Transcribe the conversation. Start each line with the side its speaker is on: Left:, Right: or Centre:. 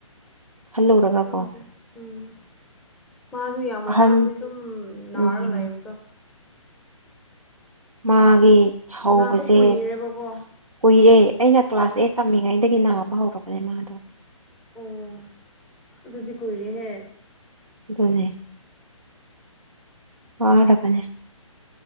Right: ꯈꯜꯂꯔꯒ
Centre: ꯈꯪꯗ꯭ꯔꯦ
Right: ꯀꯣ
Centre: ꯎꯝ ꯃꯥꯁꯨ ꯌꯥꯝ
Right: ꯑꯍꯟ
Centre: ꯋꯥꯔꯝꯅꯤ ꯑꯗꯨꯝ ꯅꯥꯔꯒ
Right: ꯎꯝ
Centre: ꯂꯩꯕꯗꯣ
Right: ꯃꯥꯒꯤ ꯍꯧꯕꯁꯦ
Centre: ꯅꯥꯕ ꯀꯨꯏꯔꯦꯕꯀꯣ
Right: ꯀꯨꯏꯔꯦ ꯑꯩꯅ ꯀ꯭ꯂꯥꯁ
Centre: ꯎꯝ
Right: ꯑꯦꯠ ꯇꯝꯃꯤꯉꯩ ꯒꯤ ꯅꯥꯕ ꯍꯧꯔꯕꯅꯦ ꯃꯥꯗꯣ
Centre: ꯑꯣ ꯑꯁ ꯑꯗꯨꯗꯤ ꯀꯔꯦꯍꯦ
Right: ꯑꯗꯨꯅꯦꯦ ꯋꯥꯔꯕꯅꯦ